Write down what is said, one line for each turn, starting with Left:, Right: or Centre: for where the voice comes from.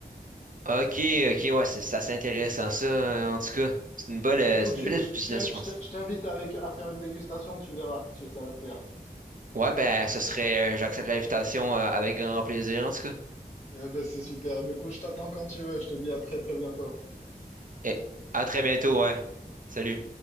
Right: Ok, ok, ouais, c'est c'est assez intéressant ça, euh, en tout cas. C'est une bonne,
Left: Bah
Right: euh,
Left: écoute,
Right: c'est
Left: tu,
Right: une belle business,
Left: je t'in-
Right: je
Left: je
Right: pense.
Left: t'in- je t'invite avec à faire une dégustation, tu verras, tu, ça va te plaire.
Right: Ouais, ben, ce serait, euh, j'accepte l'invitation, euh, avec grand plaisir, en tout cas.
Left: Eh ben, c'est super. Eh ben, écoute, je t'attends quand tu veux. Je te dis à très très bientôt.
Right: Et à très bientôt, ouais. Salut.